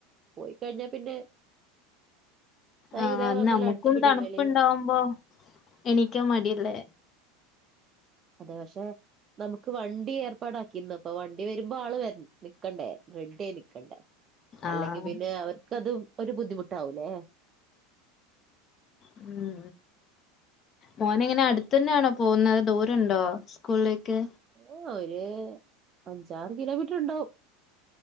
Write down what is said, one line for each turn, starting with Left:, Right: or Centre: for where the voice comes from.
Right: പോയി കഴിഞ്ഞാ പിന്നെ വൈകുന്നേരം
Left: ആഹ് അത്
Right: വന്നൽ
Left: നമ്മുക്കും
Right: അടുത്ത പിടീം
Left: തണുപ്പുണ്ടാവുമ്പോ
Right: വലിം
Left: എണീക്കാൻ മടിയല്ലേ
Right: അതെ പക്ഷെ നമുക്ക് വണ്ടി ഏർപ്പാടാക്കിന്ന് അപ്പൊ വണ്ടി വരുമ്പോ ആള് നിക്കണ്ടേ റെഡിയായി നിക്കണ്ടേ അല്ലെങ്കി
Left: ആഹ്
Right: ൽപിന്നെ അവർക്ക് അത് ഒരു ബുദ്ധിമുട്ടാവൂലേ
Left: ഇമ് മോനെ എങ്ങനെ അടുത്തന്നെയാണോ പോകുന്നത് ദൂരം ഉണ്ടോ സ്കൂളിലേക്ക്
Right: ഒ ഒരു അഞ്ചാറ് കിലോമീറ്റർ ഉണ്ടാവും